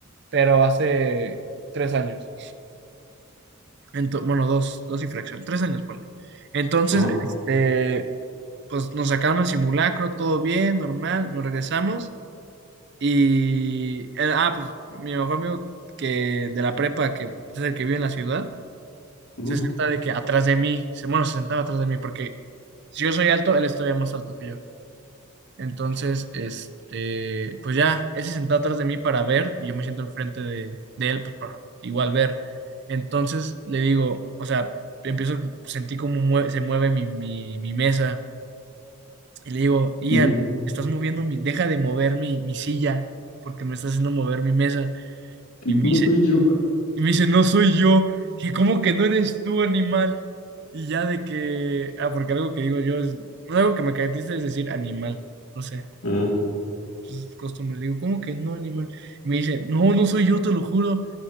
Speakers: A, on the right (about 50°); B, on the left (about 80°).
A: pero hace tres años. Ento- bueno, dos, dos y fracción, tres años, ponle. Entonces,
B: Ajá.
A: este, pues nos sacaron el simulacro, todo bien, normal, nos regresamos y, eh, ah, pues mi mejor amigo que de la prepa, que es el que vive en la ciudad,
B: ujú,
A: se senta de que atrás de mí, se, bueno, se sentaba atrás de mí porque si yo soy alto, él es todavía más alto que yo. Entonces, este, pues ya, él se sentó atrás de mí para ver y yo me siento enfrente de, de él, pues para igual ver. Entonces le digo, o sea, empiezo, sentí como mue- se mueve mi, mi, mi mesa y le digo, Ian,
B: ujú.
A: estás moviendo mi, deja de mover mi, mi silla porque me estás haciendo mover mi mesa. Y me
B: No
A: dice,
B: soy yo.
A: y me dice, no soy yo. Y cómo que no eres tú, animal. Y ya de que, ah, porque algo que digo yo es, algo que me caracteriza es decir animal, no sé.
B: Ajá.
A: sus costumbres. Digo, ¿cómo que no, animal? Y me dice, no, no soy yo, te lo juro.